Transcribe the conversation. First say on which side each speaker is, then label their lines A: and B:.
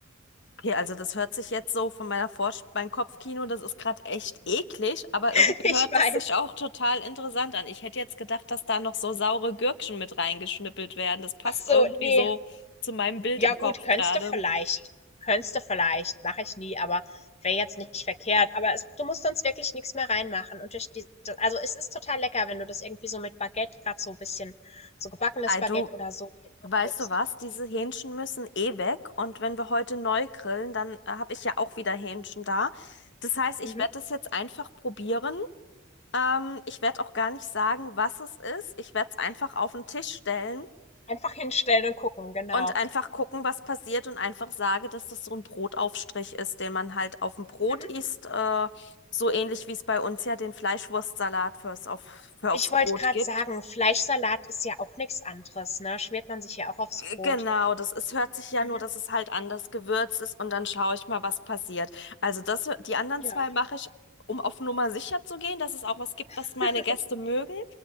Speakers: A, on the left (about 55°); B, on the left (about 30°).
A: Okay, also das hört sich jetzt so von meiner Vorst mein Kopfkino, das ist gerade echt eklig, aber
B: <laughs>
A: irgendwie
B: Ich
A: hört
B: weiß.
A: es sich auch total interessant an. Ich hätte jetzt gedacht, dass da noch so saure Gürkchen mit reingeschnippelt werden. Das passt
B: Ach so,
A: irgendwie
B: nee,
A: so zu meinem Bild
B: Ja
A: im
B: gut,
A: Kopf
B: könntest
A: gerade.
B: du vielleicht. Könntest du vielleicht, mache ich nie, aber wäre jetzt nicht verkehrt. Aber es, du musst sonst wirklich nichts mehr reinmachen. Und durch die, da- also es ist total lecker, wenn du das irgendwie so mit Baguette, gerade so ein bisschen so gebackenes
A: Ey,
B: Baguette
A: du,
B: oder so mit aufdippst.
A: weißt du was? Diese Hähnchen müssen eh weg und wenn wir heute neu grillen, dann äh, habe ich ja auch wieder Hähnchen da. Das heißt, ich
B: Mhm.
A: werde das jetzt einfach probieren. Ähm, ich werde auch gar nicht sagen, was es ist. Ich werde es einfach auf den Tisch stellen.
B: Einfach hinstellen und gucken, genau.
A: Und einfach gucken, was passiert und einfach sage, dass das so ein Brotaufstrich ist, den man halt auf dem Brot
B: Mhm.
A: isst. Äh, so ähnlich wie es bei uns ja den Fleischwurstsalat fürs auf, für
B: Ich
A: aufs
B: wollte
A: Brot
B: gerade
A: gibt.
B: sagen, Fleischsalat ist ja auch nichts anderes, ne? Schmiert man sich ja auch aufs
A: G-
B: Brot.
A: Genau, das ist, hört sich ja
B: Mhm.
A: nur, dass es halt anders gewürzt ist und dann schaue ich mal, was passiert. Also das, die anderen
B: Ja.
A: zwei mache ich, um auf Nummer sicher zu gehen, dass es auch was gibt,
B: <laughs>
A: was meine Gäste mögen.